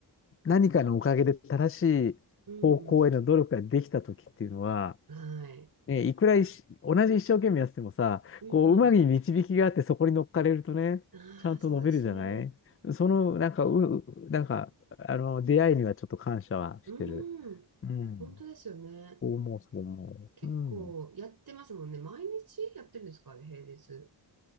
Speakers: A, on the left (about 35°); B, on the right (about 60°).
A: 何かのおかげで正しい方向への努力ができた時っていうのは、
B: うん。はい。
A: ね、いくらいし同じ一生懸命やっててもさ、
B: うん
A: こう、うまく導きがあってそこに乗っかれるとね、
B: うん。
A: ちゃんと伸びるじゃないその、
B: ああ、そうですね。
A: なんか、う、うなんか、あの、出会いにはちょっと感謝はしてる。
B: うん。
A: うん。
B: 本当ですよね。
A: そう思う、そう思う。
B: 結構やってますもんね。
A: うん。
B: 毎日やってるんですかあれ、平日。